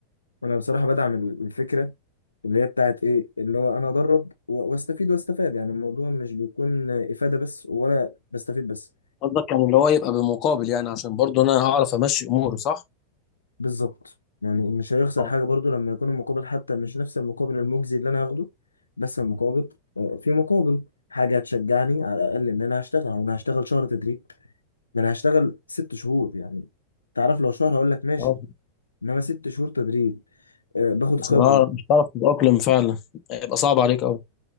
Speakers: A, on the left; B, on the left.
A: وأنا بصراحة بدعم ال- الفكرة اللي هي بتاعت إيه اللي هو أنا أدرب و- وأستفيد وأستفاد يعني الموضوع مش بيكون إفادة بس ولا بستفيد بس
B: قصدك كان اللي هو يبقى بمقابل يعني عشان برضه انا هعرف امشي اموري صح؟
A: بالظبط يعني مش هيخسر
B: اه
A: حاجة برضو لما يكون المقابل حتى مش نفس المقابل المجزي اللي أنا هاخده بس المقابل آه، في مقابل حاجة هتشجعني على الأقل إن أنا هشتغل أو أنا هشتغل شهر تدريب ده أنا هشتغل ست شهور يعني تعرف لو شهر هقول لك ماشي
B: آه.
A: إنما ست شهور تدريب آه، باخد
B: مش
A: خبرة
B: هعرف مش هعرف تتأقلم فعلا هيبقى صعب عليك قوي